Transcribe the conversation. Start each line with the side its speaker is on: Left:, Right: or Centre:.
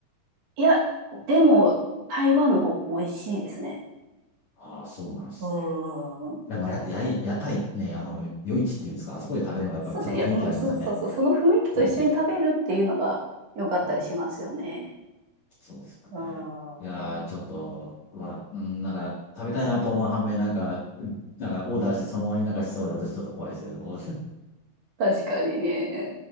Right: いや、でも、台湾の方が美味しいですね。
Left: ああ、そうなんです。
Right: うん。
Left: いや、まあ、や、や、屋台ね、あの、夜市っていうんですかあそこで食べるのがやっぱりちょっと雰囲気ありますよね。
Right: そうですね。いや、うん、そうそうそう。その雰囲気と一緒に食べるっていうのが良かったりしますよね。
Left: うん。うんそうですよね。
Right: うん。
Left: いやー、ちょっと、わ、うんなんか、食べたいなと思う反面、なんか、うんなんか、オーダーしてそのままになんかしそうで、私ちょっと怖いですね。どう
Right: 確かにね。